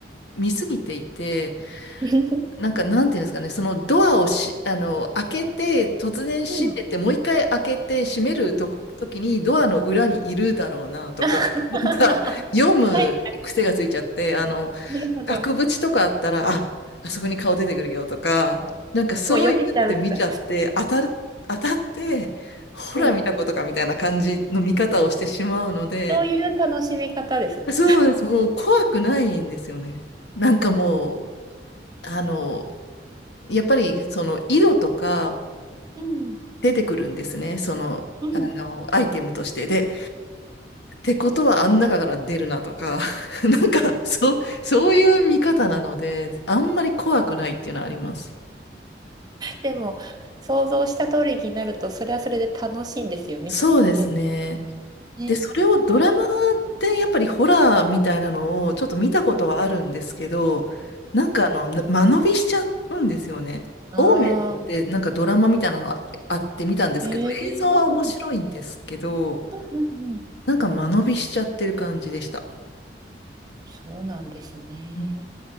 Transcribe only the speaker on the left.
見すぎていて、
なんかなんていうんですかね、そのドアをし、あの、開けて、突然閉めて、
もう一回開けて閉めるとこ、時にドアの裏にいるだろうなとか、
なんか読む癖がついちゃって、
あの、
額縁とかあったら、
あ、あそこに顔出てくるよとか、なんかそういうので見ちゃって、
当たる、当たって、ほら見たことかみたいな感じの見方をしてしまうので、
そうです。もう怖くないんですよね。なんかもう、あの、やっぱりその色とか
出てくるんですね。その、
あの、アイテムとして。で、ってことはあん中から出るなとか、<laughs> なんか、そう、そういう見方なので、あんまり怖くないっていうのはあります。
そうですね。
で、それをドラマでやっぱりホラーみたいなのをちょっと見たことはあるんですけど、
なんかあの、
な間延びしちゃうんですよね。
オーメンでなんかドラマみたいなのああって見たんですけど、
映像は面白いんですけど、
なんか間延びしちゃってる感じでした。
うん